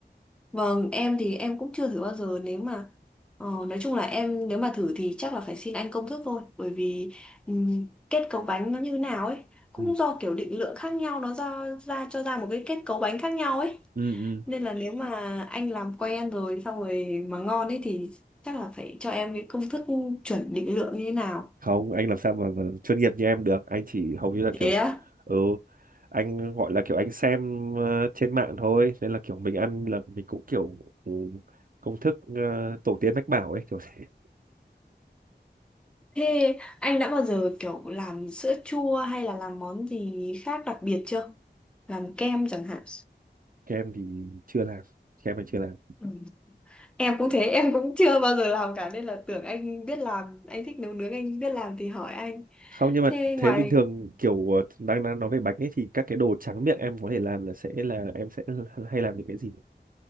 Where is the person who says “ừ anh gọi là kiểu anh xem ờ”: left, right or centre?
Right